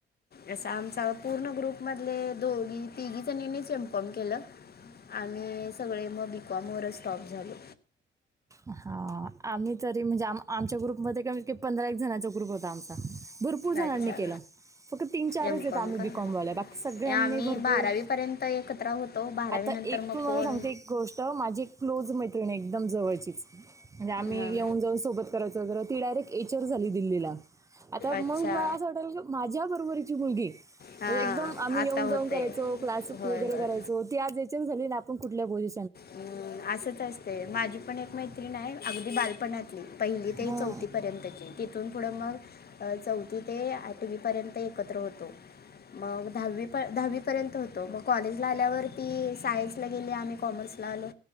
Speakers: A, on the left; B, on the right.
A: अस आमचा पूर्ण ग्रुप मधले दोघी तिघी जणीनीच एम कॉम केलं. आणि सगळे मग बी कॉम वरच स्टॉप झालो.
B: हा आम्ही तरी म्हणजे आम आमच्या ग्रुपमध्ये कमीत कमी पंधरा एक जणांचा ग्रुप होता आमचा भरपूर जणांनी
A: अच्छा
B: केलं. फक्त तीन चारच
A: एम
B: येत आम्ही
A: का
B: बी कॉम वाल्या बाकी सगळ्यांनी
A: हे आम्ही
B: भरपूर
A: बारावीपर्यंत एकत्र होतो बारावीनंतर
B: आता एक
A: मग
B: तुम्हाला
A: कोण
B: सांगते एक गोष्ट माझी एक क्लोज मैत्रिणीये एकदम जवळचीच म्हणजे आम्ही
A: हां
B: येऊन जाऊन सोबत करायचो तर ती डायरेक्ट एच आर झाली दिल्लीला आता मंग
A: अच्छा
B: मला असं वाटायला लागल की माझ्या बरोबरची मुलगी
A: हां
B: एकदम आम्ही
A: आता
B: येऊन जाऊन
A: होते
B: करायचो क्लास
A: होय
B: वगैरे
A: होय
B: करायचो ती आज एच आर झाली ना आपण कुठल्या पोझि
A: अम्म असचं असतय माझी पण एक मैत्रीण हाय अगदी बालपणात हं पहिली ते
B: हा
A: चौथी पर्यंतचं ये तिथून पुढं मग अ चौथी ते आठवीपर्यंत एकत्र होत तो मग दहावी प दहावी पर्यंत होतो मग कॉलेजला आल्यावरती सायन्सला गेले आम्ही कॉमर्स ला आलो